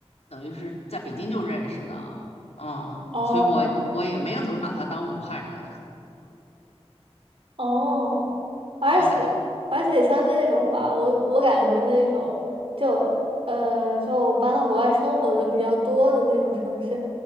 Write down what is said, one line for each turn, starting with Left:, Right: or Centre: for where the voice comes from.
Left: 等于是在北京就认识的，嗯，
Right: 哦
Left: 所以我我也没有怎么把他当武汉人，
Right: 哦，而且
Left: 对，
Right: 而且像这种吧，我我感觉那种就呃就搬到国外生活的比较多的那种城市，